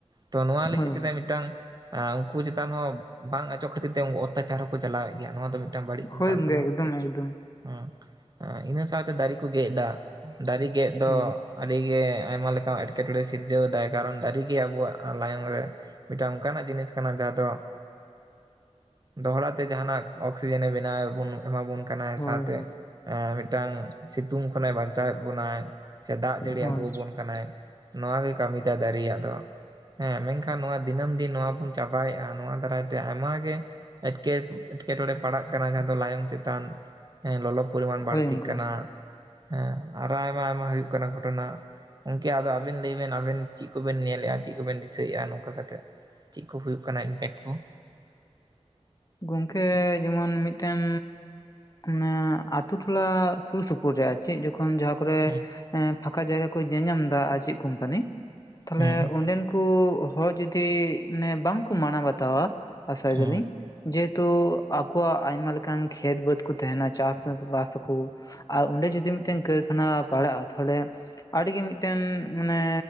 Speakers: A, on the right; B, on the left.
A: ᱛᱚ ᱱᱚᱣᱟ ᱞᱟᱹᱜᱤᱫ
B: ᱦᱳᱭ
A: ᱛᱮᱫᱚ
B: ᱦᱳᱭ
A: ᱢᱤᱫᱴᱟᱝ ᱟ ᱩᱱᱠᱩ ᱪᱮᱛᱟᱱ ᱦᱚᱸ ᱵᱟᱝ ᱚᱪᱚᱜ ᱠᱷᱟᱹᱛᱤᱨ ᱛᱮ ᱩᱱᱠᱩ ᱚᱛᱛᱟᱪᱟᱨ ᱦᱚᱸᱠᱚ ᱪᱟᱞᱟᱣᱮᱫ ᱜᱮᱭᱟ ᱱᱚᱣᱟ ᱫᱚ ᱢᱤᱫᱴᱮᱱ ᱢᱤᱫᱴᱟᱝ ᱵᱟᱹᱲᱤᱡ ᱵᱮᱯᱟᱨ
B: ᱦᱳᱭ
A: ᱠᱟᱱᱟ
B: ᱮᱠᱫᱚᱢ
A: ᱜᱚᱝᱠᱮ
B: ᱮᱠᱫᱚᱢ
A: ᱦᱮᱸ ᱤᱱᱟᱹ ᱥᱟᱶᱛᱮ ᱫᱟᱨᱮ ᱠᱚ ᱜᱮᱜ ᱮᱫᱟ ᱫᱟᱨᱮ ᱜᱮᱫ ᱫᱚ
B: ᱦᱳᱭ
A: ᱟᱹᱰᱤᱜᱮ ᱟᱭᱢᱟ ᱞᱮᱠᱟ ᱮᱴᱠᱮᱴᱚᱬᱮ ᱥᱤᱨᱡᱟᱹᱣ ᱫᱟᱭ ᱠᱟᱨᱚᱱ ᱫᱟᱨᱤᱜᱮ ᱟᱵᱚᱣᱟᱜ ᱞᱟᱭᱚᱝ ᱨᱮ ᱢᱤᱫᱴᱟᱝ ᱚᱱᱠᱟᱱᱟᱜ ᱡᱤᱱᱤᱥ ᱠᱟᱱᱟ ᱡᱟᱦᱟᱸ ᱫᱚ ᱫᱚᱦᱲᱟ ᱛᱮ ᱡᱟᱦᱱᱟᱜ <unintelligible> ᱥᱤᱡᱮᱱᱮ ᱵᱮᱱᱟᱣ ᱵᱚᱱ ᱮᱢᱟ ᱵᱚᱱ ᱠᱟᱱᱟᱭ
B: ᱦᱳᱭ
A: ᱥᱟᱶᱛᱮ
B: ᱦᱳᱭ
A: ᱮ ᱢᱤᱫᱴᱟᱝ ᱥᱤᱛᱩᱝ ᱠᱷᱚᱱᱮ ᱵᱟᱧᱪᱟᱣᱮᱫ ᱵᱚᱱᱟᱭ ᱥᱮ ᱫᱟᱜ ᱡᱟᱹᱲᱤ
B: ᱦᱳᱭ
A: ᱟᱹᱜᱩ ᱟᱵᱚᱱ ᱠᱟᱱᱟᱭ ᱱᱚᱣᱟ ᱜᱮ ᱠᱟᱹᱢᱤ ᱛᱟᱭ ᱫᱟᱨᱮᱭᱟᱜ ᱫᱚ ᱦᱮᱸ ᱢᱮᱱᱠᱷᱟᱱ ᱱᱚᱣᱟ ᱫᱤᱱᱟᱹᱢ ᱫᱤᱱ ᱱᱚᱣᱟ ᱵᱚᱱ ᱪᱟᱵᱟᱭᱮᱫᱼᱟ ᱱᱚᱣᱟ ᱫᱟᱨᱟᱭ ᱛᱮ ᱟᱭᱢᱟ ᱜᱮ ᱮᱴᱠᱮ ᱮᱴᱠᱮᱴᱚᱬᱮ ᱯᱟᱲᱟᱜ ᱠᱟᱱᱟ ᱡᱟᱦᱟᱸ ᱫᱚ ᱞᱟᱭᱚᱝ ᱪᱮᱛᱟᱱ ᱞᱚᱞᱚ ᱯᱚᱨᱤᱢᱟᱱ
B: ᱦᱳᱭ
A: ᱵᱟᱹᱲᱛᱤᱜ
B: ᱜᱚᱝᱠᱮ
A: ᱠᱟᱱᱟ ᱦᱮᱸ ᱟᱨᱚ ᱟᱭᱢᱟ ᱟᱭᱢᱟ ᱦᱩᱭᱩᱜ ᱠᱟᱱᱟ ᱜᱷᱚᱴᱚᱱᱟ᱾ ᱜᱚᱝᱠᱮ ᱟᱫᱚ ᱟᱵᱮᱱ ᱞᱟᱹᱭ ᱵᱮᱱ ᱟᱵᱮᱱ ᱪᱮᱫ ᱠᱚᱵᱮᱱ ᱧᱮᱞᱮᱜᱼᱟ ᱪᱮᱫ ᱠᱚᱵᱮᱱ ᱫᱤᱥᱟᱹᱭᱮᱜᱼᱟ ᱱᱚᱝᱠᱟ ᱠᱟᱛᱮᱫ? ᱪᱮᱫ ᱠᱚ ᱦᱩᱭᱩᱜ ᱠᱟᱱᱟ ᱤᱢᱯᱮᱠᱴ ᱠᱚ?
B: ᱜᱚᱝᱠᱮ ᱡᱮᱢᱚᱱ ᱢᱤᱫᱴᱮᱱ ᱢᱟᱱᱮ ᱟᱛᱩ ᱴᱚᱞᱟ ᱥᱩᱨ ᱥᱩᱯᱩᱨ ᱨᱮ᱾ ᱪᱮᱫ ᱡᱚᱠᱷᱚᱱ ᱡᱟᱦᱟᱸ ᱠᱚᱨᱮ
A: ᱦᱮᱸ
B: ᱯᱷᱟᱸᱠᱟ ᱡᱟᱭᱜᱟ ᱠᱚ ᱧᱮᱧ ᱧᱟᱢᱫᱟ ᱟᱨ ᱪᱮᱫ ᱠᱚᱢᱯᱟᱱᱤ᱾ ᱛᱟᱦᱞᱮ
A: ᱦᱮᱸ
B: ᱚᱸᱰᱮᱱ ᱠᱚ ᱦᱚᱲ ᱡᱚᱫᱤ ᱮ ᱵᱟᱝᱠᱚ ᱢᱟᱱᱟᱣ ᱵᱟᱛᱟᱣᱟ᱾ ᱟᱥᱟᱭ
A: ᱦᱮᱸ
B: ᱫᱟᱞᱤᱧ᱾ ᱡᱮᱦᱮᱛᱩ ᱟᱠᱚᱣᱟᱜ ᱟᱭᱢᱟ ᱞᱮᱠᱟᱱ ᱠᱷᱮᱛ ᱵᱟᱹᱫᱽ ᱠᱚ ᱛᱟᱦᱮᱱᱟ ᱪᱟᱥ ᱵᱟᱥ ᱟᱠᱚ, ᱟᱨ ᱚᱸᱰᱮ ᱡᱩᱫᱤ ᱢᱤᱫᱴᱮᱱ ᱠᱟᱹᱨᱠᱷᱟᱱᱟ ᱯᱟᱲᱟᱜᱼᱟ ᱛᱟᱦᱚᱞᱮ ᱟᱹᱰᱤᱜᱮ ᱢᱤᱫᱴᱮᱱ ᱢᱟᱱᱮ